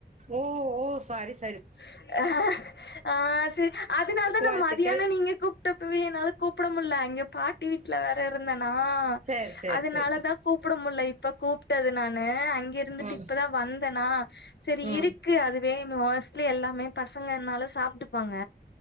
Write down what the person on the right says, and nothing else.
ஓ ஓ பாரிஸ்
வாழ்த்துக்கள்
சேரி
சேரி
சேரி சேரி
ம்
ம்